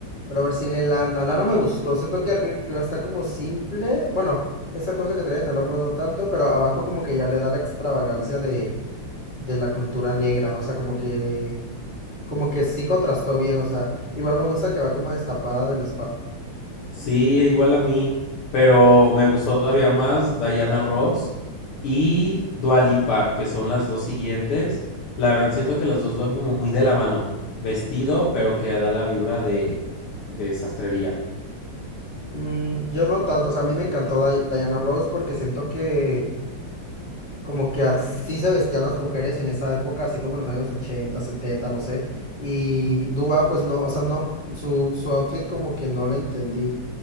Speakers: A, on the left (about 25°); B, on the left (about 80°).
A: Pero a ver, sigue Lana. Lana me gustó. Siento que arriba está como simple. Bueno, esa cosa que trae en el hombro no tanto, pero abajo como que ya le da la extravagancia de, de la cultura negra. O sea, como que como que sí contrastó bien, o sea, igual me gusta que va como destapada de la espalda.
B: Sí, igual a mí, pero me gustó todavía más Diana Ross y Dua Lipa, que son las dos siguientes. La verdad siento que las dos van como muy de la mano. Vestido, pero que da la vibra de, de sastrería.
A: Mm, yo no tanto, o sea, a mí me encantó Di- Diana Rose porque siento que como que así se vestían las mujeres en esa época, así como en los años 80, 70, no sé. Y Dua, pues no, o sea, no, su, su outfit como que no la entendí.